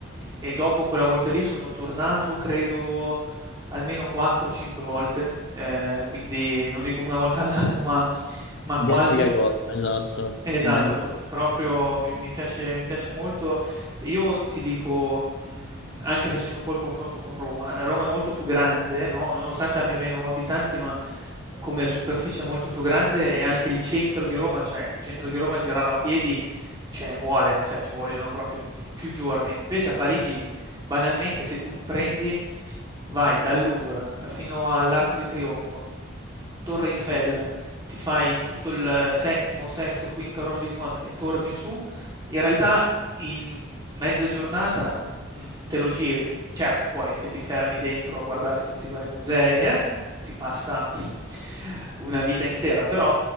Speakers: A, on the right; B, on the left.
A: e dopo quella volta lì sono tornato credo almeno 4, 5 volte, ehm, quindi non dico 1 volta all'anno, ma ma
B: Identica
A: quasi.
B: cosa, esatto,
A: Esatto,
B: identica
A: p proprio
B: cosa.
A: mi mi piace mi piace molto. Io ti dico, mhmm, anche facendo un po' il confronto con Roma, ehm, Roma è molto più grande, no, nonostante abbia meno abitanti, ma come superficie è molto più grande e anche il centro di Roma, cioè il centro di Roma girarlo a piedi ce ne vuole, cioè ci vogliono proprio più giorni. Invece a Parigi, banalmente, se tu prendi vai dal Louvre fino all'Arco di Trionfo, Torre Eiffel, ti fai tutto il settimo, sesto, quinto arrondissement e torni su, in realtà in mezza giornata, mhmm, te lo giri. Certo, poi se ti fermi dentro a guardare tutti i vari musei, eh, ti passa <laughs> una vita intera, però,